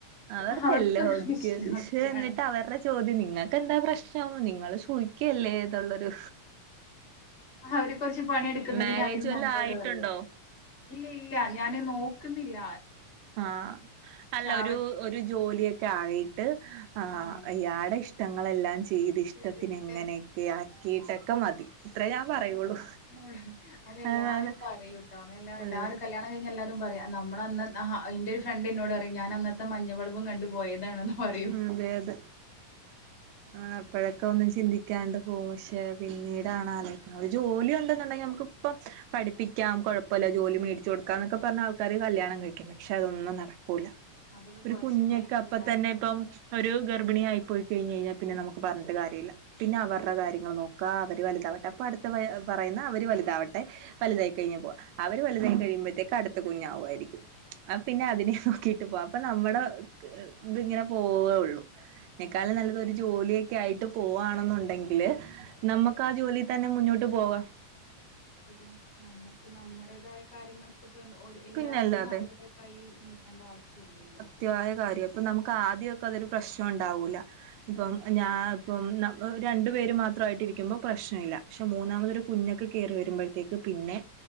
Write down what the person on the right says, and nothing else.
അവർക്കെല്ലാം
ഓക്കെ
ആണ് ശെ ന്നിട്ട് അവരുടെ ചോദ്യം നിങ്ങൾക്ക് എന്താ പ്രശ്നം നിങ്ങള് സൂഹിക്കേ ല്ലേതുള്ളൊരു
മാരേജ്
വല്ലോം
ആയിട്ടുണ്ടോ?
ആഹ അല്ല
ഒരു ഒരു ജോലിയൊക്കെ ആയി ആ
അയാടെ ഇഷ്ട്ടങ്ങളെല്ലാം ചെയ്ത് ഇഷ്ട്ടത്തിന്
ഇങ്ങനെയൊക്കെ ആക്കീട്ടൊക്കെ മതി ഇത്രേ ഞാൻ
പറയുള്ളൂ.
അതാണ്
ഏഹ്
ഉം അതെ അതെ ആഹ് അപ്പഴൊക്കെ ഒന്നും ചിന്തിക്കാണ്ട് പോകും പക്ഷെ പിന്നീടാണ് ആലോയിക്കുന്നത് ഒരു ജോലി ഉണ്ടെന്നുണ്ടെങ്കി നമുക്ക് ഇപ്പം പഠിപ്പിക്കാം കുഴൊപ്പല്ല ജോലി മേടിച്ച് കൊടുക്കന്നൊക്കെ പറഞ്ഞ് ആൾക്കാര് കല്യാണം കഴിക്കും പക്ഷെ അതൊന്നും നടക്കൂല്ല
ഒരു
കുഞ്ഞൊക്കെ
അപ്പ
തന്നെ ഇപ്പം ഒരു ഗർഭിണി ആയി പോയി കഴിഞ്ഞഴിഞ്ഞാൽ പിന്നെ നമുക്ക് പറഞ്ഞിട്ട് കാര്യമില്ല പിന്നെ അവരുടെ കാര്യങ്ങൾ നോക്കാ അവര് വലുതാവട്ടെ അപ്പൊ അടുത്ത പറയുന്ന അവര് വലുതാവട്ടെ വലുതായി കഴിഞ്ഞ് പോവാ അവര് വലുതായി കഴിയുമ്പോഴത്തേക്ക് അടുത്ത കുഞ്ഞാവുമായിരിക്കും ആ പിന്നെ അതിനെ നോക്കീ ട്ട് പോം അപ്പൊ നമ്മുടെ ഇത് ഇങ്ങനെ പോവേള്ളു അയിനെ ക്കാലും നല്ലതൊരു ജോലിയൊക്കെ ആയിട്ട് പോവാണെന്നുണ്ടെങ്കില് നമ്മക്ക് ആ ജോലി തന്നെ മുന്നോട്ട് പോവാം
പിന്നല്ലാതെ
കൃത്യായ കാര്യാ ഇപ്പ നമുക്ക് ആദ്യൊക്കെ അതൊരു പ്രശ്നം ഉണ്ടാവൂല്ല ഇപ്പം
ഞാ ഇപ്പം രണ്ടു പേര് മാത്രമായിട്ട് ഇരിക്കുമ്പോൾ പ്രശ്നഇല്ല പക്ഷേ മൂന്നാമതൊരു
കുഞ്ഞക്ക് കയറി വരുമ്പോഴത്തേക്ക് പിന്നെ